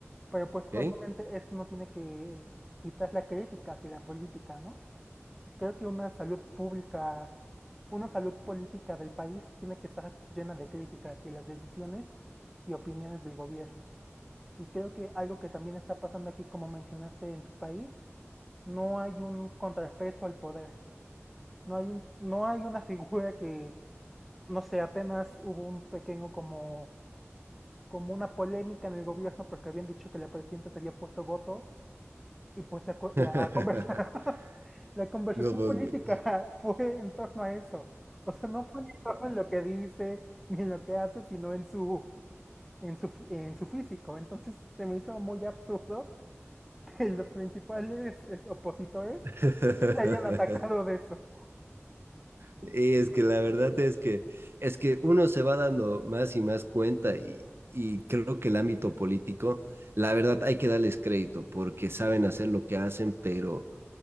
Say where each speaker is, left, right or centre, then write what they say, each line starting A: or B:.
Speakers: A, in the centre; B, on the right.
A: pero pues obviamente
B: ¿ok?
A: esto no tiene que quitar la crítica hacia la política, ¿no? Creo que una salud pública, una salud política del país tiene que estar llena de críticas hacia las decisiones y opiniones del gobierno. Y creo que algo que también está pasando aquí, como mencionaste en tu país, no hay un contrapeso al poder. No hay un, no hay una figura que, no sé, apenas hubo un pequeño como, como una polémica en el gobierno porque habían dicho que la presidenta se había puesto Botox y pues la, co-
B: <laughs>
A: la conversa- <laughs> la conversación
B: No puedo
A: política
B: creer.
A: <laughs> fue en torno a eso. O sea, no fue ni en torno en lo que dice, ni en lo que hace, sino en su, en su, f- en su físico. Entonces se me hizo muy absurdo que los principales es, opositores
B: <laughs>
A: le hayan atacado de eso.
B: Y es que la verdad es que, es que uno se va dando más y más cuenta y, y creo que el ámbito político, la verdad hay que darles crédito porque saben hacer lo que hacen, pero